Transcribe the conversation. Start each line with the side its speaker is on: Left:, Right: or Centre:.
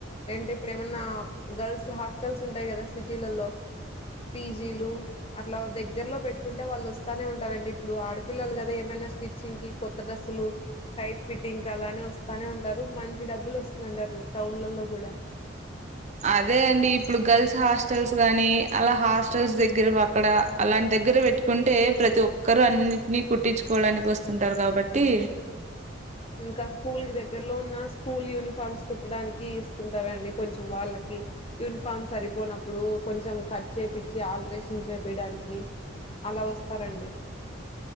Left: ఏంటే ఇప్పుడు ఏమన్నా గర్ల్స్ హాస్టల్స్ ఉంటాయి కదా సిటీలలో పిజీలు అట్లా దగ్గరలో పెట్టుకుంటే వాళ్ళు వస్తూనే ఉంటారండి ఇప్పుడు ఆడపిల్లలు కదా ఏమైనా స్టిచ్చింగ్కి కొత్త డ్రెస్సులు టైట్ ఫిట్టింగ్కీ అలానే వస్తానే ఉంటారు మంచి డబ్బులు వస్తుందండి అట్లానే టౌన్లలో కూడా
Right: అదే అండి ఇప్పుడు గర్ల్స్ హాస్టల్స్ గానీ అలా హాస్టల్స్ దగ్గర అక్కడ అలాంటి దగ్గర పెట్టుకుంటే ప్రతి ఒక్కరు అన్నింటిని కుట్టించుకోవడానికి వస్తుంటారు కాబట్టి
Left: ఇంకా స్కూల్కి దగ్గరలో ఉన్న స్కూల్ యూనిఫార్మ్స్ కుట్టడానికి ఇస్తుంటారండి కొంచెం వాళ్ళకి యుని ఫామ్ సరిపోనప్పుడు కొంచం కట్ చేపించి ఆల్ట్రేషన్ చేపియడానికి అలా వస్తారండి